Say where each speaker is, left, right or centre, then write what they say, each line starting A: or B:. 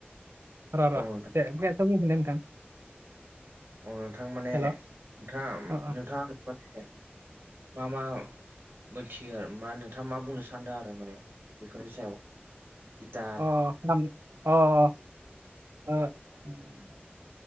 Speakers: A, on the right; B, on the right.
A: र' र'
B: औ
A: खोनायासै
B: नोंथां
A: बुंफिननाय नोंथां
B: अ नोंथां माने
A: हेल'
B: नोंथाङ
A: अ
B: नोंथाङा माने मा मा मोनथियो आरो मा नोंथाङा मा बुंनो सानदों आरो माने बेफोरनि सायाव गिटार
A: अ अ